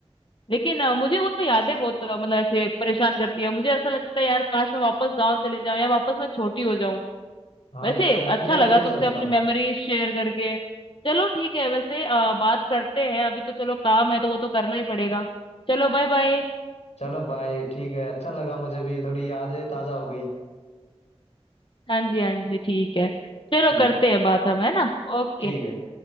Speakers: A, on the left; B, on the left.
A: लेकिन अ, मुझे वो यादें बहुत अ, मतलब ऐसे परेशान करती है मुझे ऐसा लगता है यार काश मैं वापस गांव चले जाऊं या वापस मैं छोटी हो जाऊं
B: हाँ
A: वैसे
B: यार मैं
A: अच्छा
B: भी
A: लगा
B: अब यही
A: तुमसे
B: सोचता
A: अपनी
B: हूँ
A: मेमोरीज शेयर करके चलो ठीक है वैसे अ, बात करते हैं अभी तो चलो काम है तो वो तो करना ही पड़ेगा चलो बाय बाय
B: चलो बाय ठीक है अच्छा लगा मुझे भी थोड़ी यादें ताजा हो गई
A: हाँ जी हाँ जी ठीक है चलो
B: ठीक
A: करते
B: है
A: हैं बात हम है ना ओके
B: ठीक है